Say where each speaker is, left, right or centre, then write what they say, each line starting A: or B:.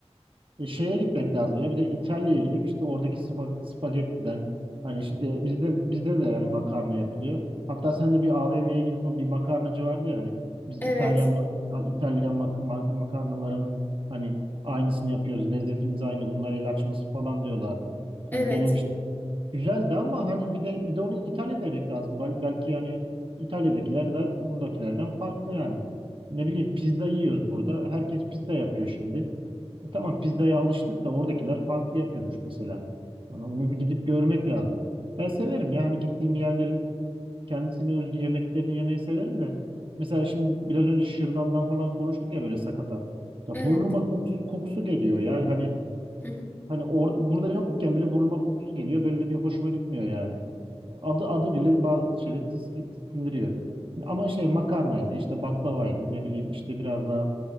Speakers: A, on the right; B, on the left.
A: E, şeye gitmek lazım ya. Bir de İtalya'ya gidip işte oradaki spa- spagettiden hani işte bizde bizde de yani makarna yapılıyor. Hatta sen de bir AVM'ye gidip o bir makarnacı vardı ya hani biz
B: Evet,
A: İtalyan mak- İtalyan mak ma- makarnaların hani aynısını yapıyoruz. Lezzetimiz aynı. Bunlar el açması falan diyorlardı.
B: evet,
A: Hani denemiştim. Güzeldi ama hani bir de bir de onu İtalya'da yemek lazım. Bel- belki yani İtalya'dakiler de buradakilerden farklı yani. Ne bileyim pizza yiyoruz burada. Herkes pizza yapıyor şimdi. E Tamam pizzaya alıştık da oradakiler farklı yapıyormuş mesela. Yani Onu bir gidip görmek lazım. Ben severim yani gittiğim yerlerin kendisine özgü yemeklerini yemeyi severim de. Mesela şimdi biraz önce şırdandan falan konuştuk ya böyle sakatat. Ya
B: evet.
A: burnuma kokusu, kokusu geliyor ya hani
B: <laughs>
A: hani or, burada yokken bile burnuma kokusu geliyor böyle bir hoşuma gitmiyor yani. Adı adı bile bazı şeyleri tiski- tiksindiriyor. Ama şey makarnaydı işte baklavaydı ne bileyim işte biraz daha